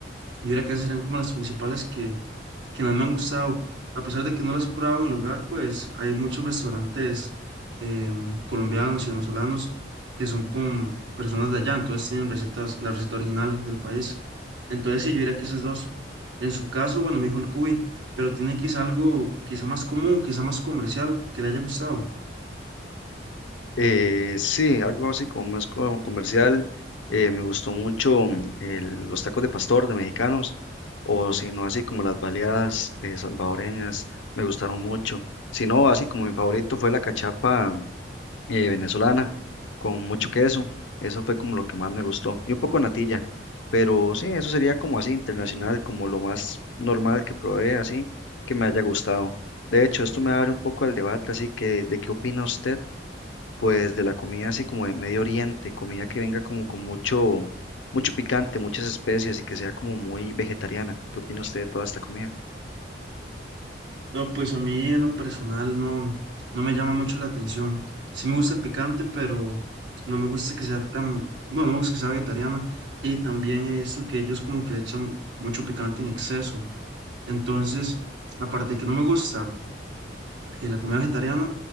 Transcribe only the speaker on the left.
Eh, sí, algo así como más co- comercial. eh, me gustó mucho mm, el- los tacos de pastor de mexicanos, o si no, así como las baleadas eh, salvadoreñas, me gustaron mucho. Si no, así como mi favorito fue la cachapa eh, venezolana con mucho queso. Eso fue como lo que más me gustó. Y un poco de natilla. Pero sí, eso sería como así internacional, como lo más normal que probé, así que me haya gustado. De hecho, esto me abre un poco al debate, así que ¿de qué opina usted? Pues de la comida así como de Medio Oriente, comida que venga como con mucho, mucho picante, muchas especias y que sea como muy vegetariana. ¿Qué opina usted de toda esta comida?